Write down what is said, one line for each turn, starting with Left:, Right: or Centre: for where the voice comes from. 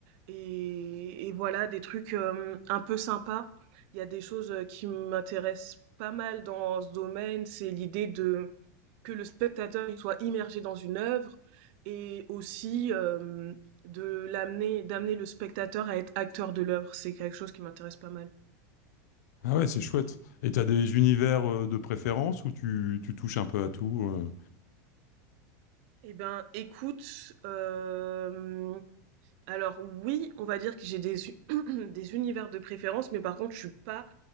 Right: et, et voilà, des trucs euh, un peu sympas. Il y a des choses euh, qui m'intéressent pas mal dans ce domaine, c'est l'idée de que le spectateur il soit immergé dans une œuvre et aussi euh, de l'amener, d'amener le spectateur à être acteur de l'œuvre. C'est quelque chose qui m'intéresse pas mal.
Left: Ah ouais, c'est chouette. Et t'as des univers euh, de préférence où tu, tu touches un peu à tout. euh.
Right: Eh ben, écoute, euh, Alors oui, on va dire que j'ai des u <clears throat> des univers de préférence, mais par contre, je suis pas